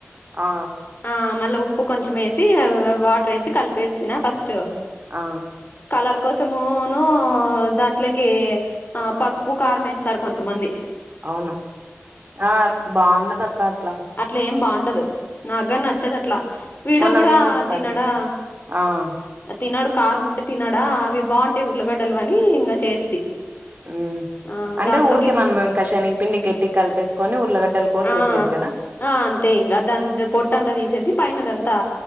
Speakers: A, on the right; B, on the left.
A: ఆ
B: ఆ మళ్ళ ఉప్పు కొంచం ఎసి అవ్ అవ్ వాటర్ ఎసి కలిపేసిన ఫస్ట్
A: ఆ
B: కలర్ కోసమూను దాంట్లేకి ఆ పసుపు కారం ఎస్తారు కొంతమంది
A: అవును ఆ బావుండదక్క అట్లా
B: అట్లేమ్ బావుండదు నాగ్గని నచ్చదట్ల వీడు
A: మొన్న
B: గూడా
A: మేము ఒకసారి
B: తినడా
A: ఆ
B: తినడు కారం ఉంటే తినడా అవి బావుంటాయ్ ఉల్లిగడ్డలు అని ఇంగ చేస్తి
A: ఉమ్మ్
B: ఆ
A: అంటే
B: దాంట్లోకి
A: ఊరికే
B: ఇం
A: మనం ఇంక శనగ పిండి గట్టి కలిపేసుకొని ఊర్లగడ్డలు కోసి
B: ఆ
A: ఎసేది గదా
B: ఆ అంతే ఇంగ దద్ పొట్ట అంత తీసేసి పైన దంతా